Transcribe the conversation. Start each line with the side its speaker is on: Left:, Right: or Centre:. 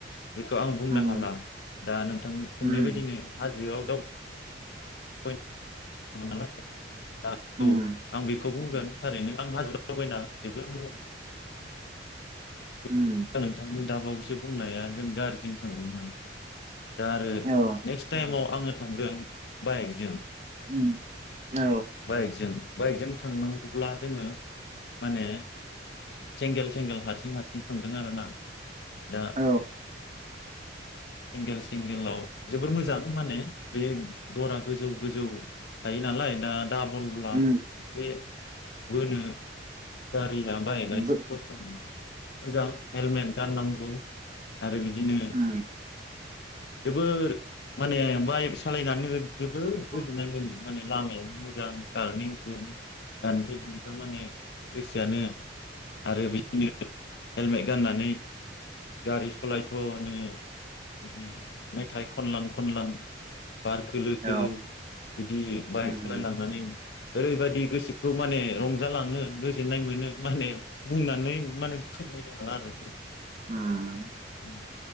Left: बेखौ आं बुंनो
Right: उम
Left: हाला दा नोंथां सोंनाय
Right: उम
Left: बादिनो हाजोआव <unintelligible> दावबायनो <unintelligible> दा
Right: उम
Left: औ आं बेखौ बुंगोन थारैनो आं हाजोआव दावबायना जोबोर मोजां
Right: ओम
Left: द नोंथांनो दाबावैसो बुंनाया जों गारिजों थांदोंमोन। दा आरो
Right: औ
Left: नेक्स्ट टाइमाव आङो थांदों बाइकजों
Right: उम औ
Left: बाइकजों बाइकजों थांनांगौब्ला जोङो माने सेंगेल सेंगेल हारसिं हारसिं थांदों आरोना दा
Right: औ
Left: सिंगेल सिंगेलाव जोबोर मोजां माने बे घरा गोजौ गोजौ थायो नालाय दा दा बुलब्ला
Right: उम
Left: एसे बोनो गारिया बायकया एसे
Right: औ
Left: खस्थ' मोनो। मोजां हेलमेट गाननांगौ आरो बिदिनो
Right: उम
Left: जोबोद माने बाइक सालायनानैनो जोबोद
Right: उम
Left: गोजोननाय मोनो माने लामायाबो मोजां <unintelligible> एखदम माने गोसोआनो आरो बिदिनो हेलमेट गाननानै गारि सलायथ' नो बिदि मेथाइ खनलां खनलां बार खोलो
Right: औ
Left: खोलो बिदि बाइक
Right: उम
Left: सालायलांनानै ओरैबायदि गोसोखौ माने रंजालाङो गोजोननाय मोनो माने बुंनानै माने थाङा आरो।
Right: होम।
Left: उम।